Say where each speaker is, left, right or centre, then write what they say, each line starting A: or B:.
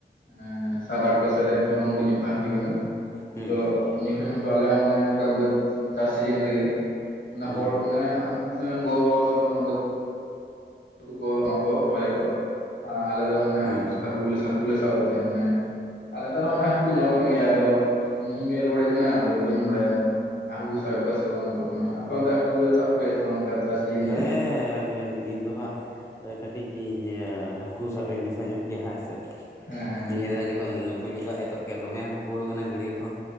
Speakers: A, on the left (about 75°); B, on the left (about 15°).
A: ᱦᱮᱸ ᱥᱟᱛ ᱟᱴ ᱵᱚᱪᱷᱚᱨ ᱨᱮ ᱡᱮᱢᱚᱱ ᱦᱩᱰᱤᱧ ᱚᱜ ᱛᱟᱸᱛᱤ ᱠᱟᱱᱟ,
B: ᱦᱩᱸ
A: ᱛᱚ ᱩᱱᱡᱩᱠᱷᱟᱡ ᱦᱚᱸ ᱟᱞᱮ ᱦᱚᱸ ᱚᱱᱮ ᱚᱱᱠᱟ ᱵᱟᱹᱫᱽ ᱪᱟᱥ ᱥᱤᱡᱤᱱ ᱨᱮᱜᱮ ᱢᱟᱱᱮ
B: ᱦᱩᱸ
A: ᱦᱚᱲ ᱢᱟᱱᱮ ᱜᱚ ᱵᱟᱵᱟ ᱛᱟᱠᱚ ᱢᱟᱱᱮ ᱵᱟᱹᱫᱽ ᱦᱟᱹᱠᱩ ᱠᱚ ᱚᱱᱟᱠᱚ ᱨᱚᱦᱚᱭ ᱟᱠᱚ, ᱟᱨ ᱟᱞᱮ ᱫᱚ ᱢᱟᱱᱮ
B: ᱦᱩᱸ
A: ᱦᱟᱹᱠᱩ
B: ᱦᱩᱸ
A: ᱦᱟᱹᱠᱩ ᱠᱚᱞᱮ ᱥᱟᱵ ᱠᱚ ᱛᱟᱦᱮᱸ ᱢᱟᱱᱮ ᱟᱨ ᱱᱮᱛᱟᱨ ᱦᱚᱸ ᱢᱟᱱᱮ ᱦᱟᱠᱩ ᱠᱚ ᱧᱟᱢᱚᱜ ᱠᱟᱱ ᱜᱮᱭᱟ ᱟᱫᱚ ᱤᱧ ᱜᱮ ᱨᱩᱣᱟᱹᱲ ᱦᱮᱡ ᱮᱱᱟ ᱟᱫᱚ ᱵᱟᱹᱧ ᱵᱟᱲᱟᱭᱟ᱾ ᱦᱟᱹᱠᱩ ᱠᱚ ᱥᱟᱵ ᱮᱫ ᱠᱚᱣᱟ ᱥᱮ ᱵᱟᱝ ᱟᱫᱚ, ᱟᱯᱮ ᱚᱱᱛᱮ ᱦᱟᱹᱠᱩ ᱠᱚ ᱥᱟᱵ ᱠᱚᱣᱟ ᱥᱮ ᱵᱟᱝ ᱱᱚᱝᱠᱟ ᱪᱟᱥ ᱥᱤᱡᱤᱱ
B: ᱦᱮᱸ
A: ᱨᱮ
B: ᱟᱞᱮᱭᱟᱱ ᱤᱧ ᱫᱚ ᱦᱟᱸᱜ ᱠᱟᱹᱴᱤᱡ ᱜᱤᱭᱟᱹᱤᱧ ᱦᱟᱹᱠᱩ ᱥᱟᱵ ᱨᱤᱧ ᱱᱮᱥᱟ ᱧᱚᱜ ᱜᱮᱭᱟ ᱦᱟᱸᱜ ᱦᱮᱸᱥᱮ᱾
A: ᱦᱮᱸ ᱦᱮᱸ᱾
B: ᱱᱤᱭᱟᱹ ᱫᱷᱟᱣ ᱡᱚᱠᱷᱚᱱ ᱯᱩᱭᱞᱩ ᱫᱟᱜ ᱮᱛᱚᱦᱚᱵ ᱠᱮᱫᱼᱟ ᱫᱚᱢᱮ ᱦᱟᱹᱠᱩ ᱠᱚ ᱠᱩᱲᱩᱠ ᱮᱱᱟ ᱜᱟᱹᱰᱭᱟᱹ ᱠᱷᱚᱱ